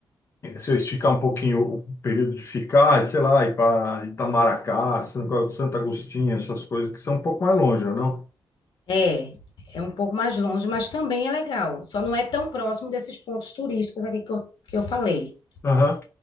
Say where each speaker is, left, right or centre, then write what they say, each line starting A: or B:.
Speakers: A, on the left; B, on the left.
A: se eu esticar um pouquinho o período de ficar, sei lá, ir para Itamaracá, São Santa Agostinho, essas coisas que são um pouco mais longe, né, não?
B: É, é um pouco mais longe, mas também é legal. Só não é tão próximo desses pontos turísticos aqui que eu, que eu falei.
A: Aham.